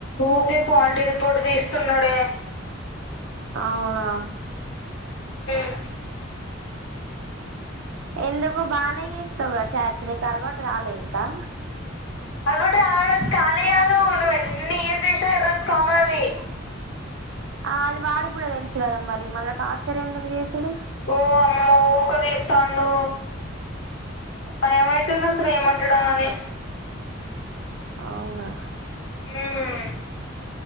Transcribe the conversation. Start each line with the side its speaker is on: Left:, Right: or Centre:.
Left: ఊకే క్వాలిటీ రిపోర్ట్ తీస్తున్నడే
Right: అవునా
Left: <inaudible>
Right: ఎందుకు బానే చేస్తావు గ చాట్స్ నీకు అలవాటు కాలే ఇంకా
Left: అలవాటు కావడం ఖాళీ గాదు నువ్వు ఎన్ని ఇయర్స్ చేసినా ఎర్రర్స్ కామనవి
Right: ఆ అది వాడికి గూడా తెలుసు గదా మరి మళ్ళా టార్చర్ ఎందుకు చేసుడు
Left: ఓ అమ్మో ఊక తీస్తాండు భయమైతుంది అసలు ఏమంటడా అని
Right: అవునా
Left: మ్